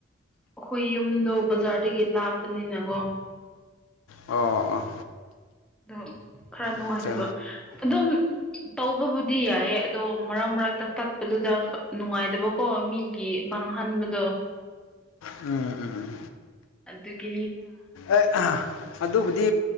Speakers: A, in the centre; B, on the left.
A: ꯑꯩꯈꯣꯏ ꯌꯨꯝꯗꯣ ꯕꯖꯥꯔꯗꯒꯤ ꯂꯥꯞꯄꯅꯤꯅꯀꯣ
B: ꯑꯣ ꯑꯣ
A: ꯑꯗꯣ ꯈꯔ ꯅꯨꯡꯉꯥꯏꯇꯕ
B: ꯑꯠꯆꯥ
A: ꯑꯗꯨꯝ ꯇꯧꯕꯕꯨꯗꯤ ꯌꯥꯏꯌꯦ ꯑꯗꯣ ꯃꯔꯛ ꯃꯔꯛꯇ ꯇꯠꯄꯗꯨꯗ ꯅꯨꯡꯉꯥꯏꯇꯕꯀꯣ ꯀꯣ ꯃꯤꯒꯤ ꯃꯥꯡꯍꯟꯕꯗꯣ
B: ꯎꯝ ꯎꯝ
A: ꯑꯗꯨ ꯀ
B: ꯑꯦ ꯑꯗꯨꯕꯨꯗꯤ